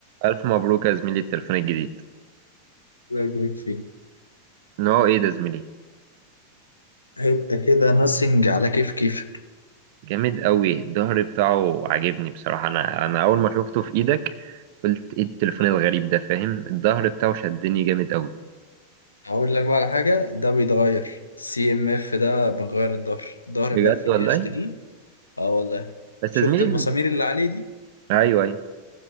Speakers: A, on the right; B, on the left.
A: ألف مبروك يا زميلي التليفون الجديد
B: الله يبارك فيك
A: نوعه إيه ده يا زميلي
B: حته كده ناسنج على كيف كيف
A: جامد قوي الظهر بتاعه عاجبني بصراحة أنا أنا أول ما شفته في إيدك قلت إيه التليفون الغريب ده فاهم الظهر بتاعه شدني جامد قوي
B: هقول لك بقى على حاجه ده بيتغير سي ام اف ده بغير الظهر الظهر
A: بجد
B: ب 1000
A: والله
B: جنيه اشتريه اه والله
A: بس
B: شفت
A: يا زميلي
B: المسامير
A: ال-
B: اللي عليه دي
A: أيوه أيوه